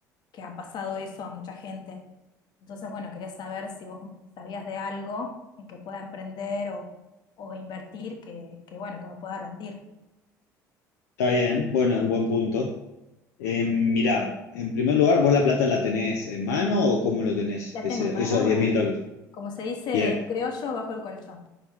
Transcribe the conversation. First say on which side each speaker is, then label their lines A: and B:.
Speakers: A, on the left; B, on the left.
A: que ha pasado eso a mucha gente. Entonces, bueno, quería saber si vos sabías de algo en que pueda emprender o, o invertir que, que, bueno, que me pueda rendir.
B: Está bien, bueno, es un buen punto. Eh, mirá, en primer lugar, ¿vos la plata la tenés en mano o cómo lo tenés?
A: La
B: Ese-
A: tengo en mano,
B: esos diez
A: va-
B: mil dólares.
A: como se dice
B: Bien,
A: en criollo, bajo el colchón.